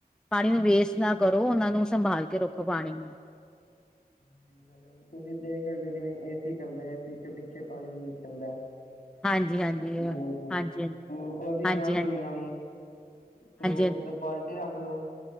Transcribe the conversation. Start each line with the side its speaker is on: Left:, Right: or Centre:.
Centre: ਪਾਣੀ ਨੂੰ ਵੇਸਟ ਨਾ ਕਰੋ, ਓਨਾਂ ਨੂੰ ਸੰਭਾਲ ਕੇ ਰੱਖੋ ਪਾਣੀ ਨੂੰ।
Left: ਸਈ ਗੱਲ ਐ, ਤੁਸੀ ਦੇਖ ਸਕਦੇ ਓ ਜਿਵੇਂ ਏ ਸੀ ਚੱਲਦੈ ਏ ਸੀ ਚ ਪਿੱਛੇ ਪਾਣੀ ਨਿਕਲਦਾ ਐ।
Centre: ਹਾਂਜੀ ਹਾਂਜੀ ਹਾਂਜੀ
Left: ਬੂੰਦ ਬੂੰਦ,
Centre: ਹਾਂਜੀ
Left: ਓ ਅਸੀ
Centre: ਹਾਂਜੀ
Left: ਜਾਨ
Centre: ਹਾਂਜੀ ਹਾਂਜੀ
Left: ਦਿੰਨੇ ਆਂ ਐਵੇਂ ਈ। ਤੇ ਓ
Centre: ਹਾਂਜੀ
Left: ਓਧਰ ਬਾਲਟੀ ਰੱਖ ਲੋੋ।